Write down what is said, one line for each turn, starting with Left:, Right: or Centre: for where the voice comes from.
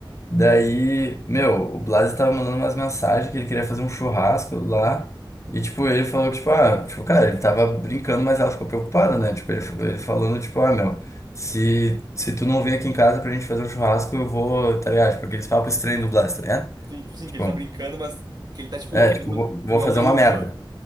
Left: Daí, meu, o Blasi tava mandando umas mensagens que ele queria fazer um churrasco lá. E, tipo, ele falou que, tipo, ah, tipo, cara, ele tava brincando, mas ela ficou preocupada, né? Tipo, ele, ele falando, tipo, ah, meu, se, se tu não vir aqui em casa pra gente fazer um churrasco, eu vou, tá ligado? Tipo, aqueles papos estranhos do Blasi, tá ligado?
Right: Sim, tipo assim,
Left: Tipo,
Right: que ele tá brincando, mas que ele tá, tipo,
Left: é, tipo,
Right: indo
Left: vou, vou
Right: igual
Left: fazer
Right: um maluco
Left: uma merda.
Right: só.